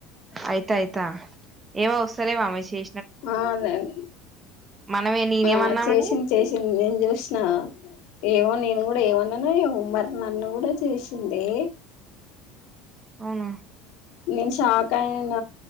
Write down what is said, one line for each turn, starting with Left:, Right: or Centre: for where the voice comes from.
Right: అయిత అయతా ఏమ వస్తారేవామె చె
Left: ఆ నేను
Right: మనమే నేనేమన్నా
Left: ఆ చేసింది
Right: ఆమెని
Left: చేసింది నేను చూసిన ఏమో నేను కూడా ఏమన్నాన ఏమో మరి నన్ను కూడా చూసింది
Right: అవునా
Left: నేను షాక్ అయన